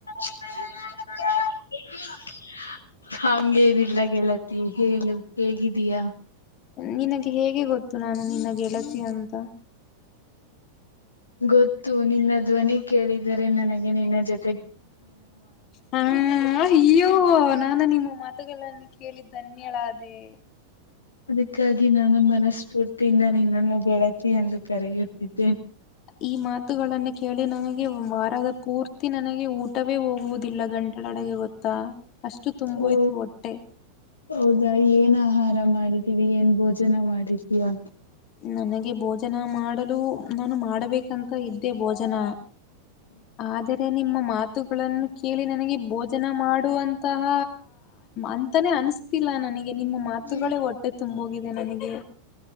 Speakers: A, on the left; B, on the left.
A: <unintelligible> ಹಂಗೇನಿಲ್ಲ ಗೆಳತಿ ಹೇಳು ಹೇಗಿದೀಯ
B: ನಿನಗೆ ಹೇಗೆ ಗೊತ್ತು ನಾನು ನಿಿನಗೆಗೆಳತಿ ಅಂತ
A: ಗೊತ್ತು ನಿನ್ನ ಧ್ವನಿ ಕೇಳಿದರೆ ನನಗೆ ನಿನ್ನ ಜೊತೆ
B: ಹ ಅಯ್ಯೋ ನಾನು ನಿಮ್ಮ ಮಾತು ಕೇಳಿದ್ದನ್ಯಳಡೇ
A: ಅದಕ್ಕಾಗಿ ನಾನು ಮನಸ್ಫೂರ್ತಿಯಿಂದ ನಿನ್ನನ್ನು ಬೆಳತಿಿ ಎಂದು ಕರೆಯುತ್ತಿದ್ದೆ
B: ಈ ಮಾತುಗಳನ್ನ ಕೇಳಿ ನನಗೆ ವಾರದ ಪೂರ್ತಿ ನನಗೆ ಊಟ ಊಟವೇ ಹೋಗುವುದಿಲ್ಲ ಗಂಟಲೊಳಗೆ ಗೊತ್ತಾ ಅಷ್ಟು ತುಂಬೋಯ್ತು
A: ಓ
B: ಹೊಟ್ಟೆ
A: ಹೌದಾ ಏನ ಮಾಡಿದೀವಿ ಏನ್ ಭೋಜನ ಮಾಡಿದೀಯಾ
B: ನನಗೆ ಭೋಜನ ಮಾಡಲು ನಾನು ಮಾಡಬೇಕಂತ ಇದ್ದೆ ಭೋಜನ ಅದೇ ನಿಮ್ಮ ಮಾತುಗಳನ್ನು ಕೇಳಿ ನನಗೆ ಭೋಜನ ಮಾಡುವಂತಹ ಅಂತಾನೆ ಅನ್ಸ್ತಿಲ್ಲಾ ನನಗೆ ನಿಮ್ಮ ಮಾತುಗಳೇ
A: ಹ್ಮ್
B: ಹೊಟ್ಟೆ ತುಂಬೋಗಿದೆ ನನಗೆ